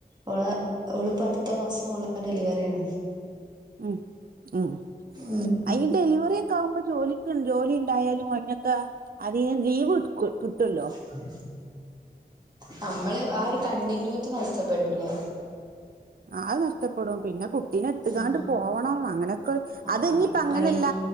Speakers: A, on the right; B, on the right.
A: ഓള് ഓളിപ്പാ അടുത്ത മാസം അവള്ടെ ഡെലിവറിയാണ്
B: ഉം ഉം
A: ഉം
B: അയി ഡെലിവറിയൊക്കെ ആകുമ്പോ ജോലിക്ക് ജോലിണ്ടായാലും അതിനൊക്കെ അദ്ദേഹം ലീവ് ഇട്ക്ക് ക്ക് ട്ടല്ലോ
A: <inaudible> നമ്മള് ആഹ് ഒരു കണ്ടിന്യൂറ്റി നഷ്ട്ടപ്പെടൂലേ
B: ആഹ് അത് നഷ്ടപ്പെടും പിന്നെ കുട്ടീനെ ഇട്ട്ക്കാണ്ട്
A: ഉം
B: പോവണം അങ്ങനൊക്കെ
A: ആഹ്
B: അത്ഞ്ഞിപ്പങ്ങനല്ല
A: അയിന്